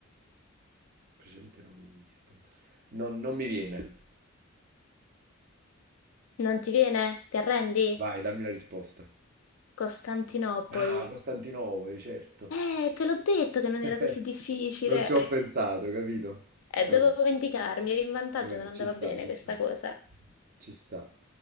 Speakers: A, on the right; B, on the left.
A: Precedente nome di Istanbul. Non, non mi viene.
B: Non ti viene? Ti arrendi?
A: Vai, dammi la risposta.
B: Costantinopoli.
A: Ah, Costantinopoli, certo.
B: Eh, te l'ho detto che non
A: <laughs>
B: era così difficile.
A: Non ci ho
B: <laughs>
A: pensato, capito?
B: E
A: Vabbè.
B: dovevo vendicarmi, eri in vantaggio,
A: Vabbè,
B: non andava
A: ci sta,
B: bene
A: ci
B: questa
A: sta,
B: cosa.
A: ci sta.